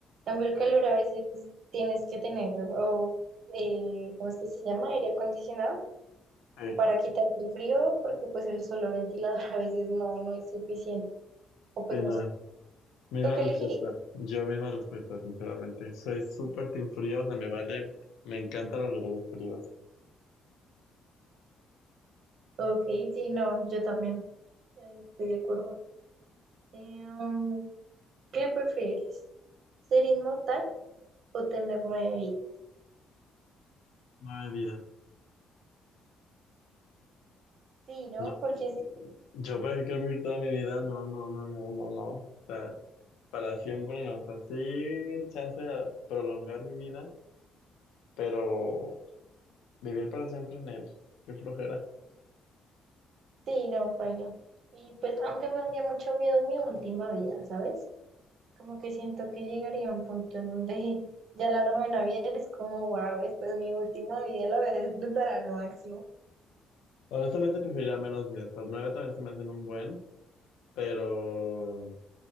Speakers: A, on the right (about 65°); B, on the left (about 85°).
A: cambio, el
B: Sí,
A: calor a veces tienes que tener, o, eh, ¿cómo es que se llama? Aire acondicionado
B: sí,
A: para quitarte el frío, porque pues el solo ventilador <laughs> a veces no, no es suficiente. O pues
B: sí,
A: no
B: no.
A: sé,
B: Misma
A: ¿tú qué
B: respuesta,
A: elegirías?
B: yo misma respuesta, sinceramente. Soy súper team frío, o sea, me vale, me encantan los regalos fríos.
A: Ok, sí, no, yo también eh, estoy de acuerdo. Em, ¿Qué prefieres? ¿Ser inmortal o tener nueve vidas?
B: No hay vida.
A: Sí, ¿no?
B: No,
A: Porque es-
B: yo para qué quiero vivir toda mi vida, no, no, no, no, no, no. O sea, para siempre no, o sea, sí, chance de prolongar mi vida, pero vivir para siempre en él, qué flojera.
A: sí, no, pero. Y pues, aunque me daría mucho miedo mi última vida, ¿sabes? Como que siento que llegaría a un punto en donde ya la novena vida es como, wow, esta es mi última vida, la voy a disfrutar al máximo.
B: Honestamente preferiría menos días, los nueve también se me hacen un buen, pero